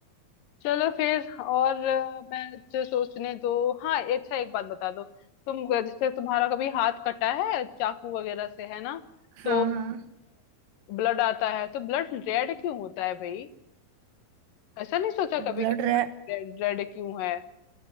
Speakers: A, on the left; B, on the right.
A: चलो फिर और अ, मैं जो सोचने दो हाँ अच्छा एक बात बता दो तुम जैसे तुम्हारा कभी हाथ कटा है चाकू वगैरह से है ना
B: हाँ
A: तो
B: हाँ
A: ब्लड आता है तो ब्लड रेड क्यों होता है भाई ऐसा नहीं सोचा कभी
B: ब्लड
A: कि
B: रेड
A: ब्लड रेड क्यों है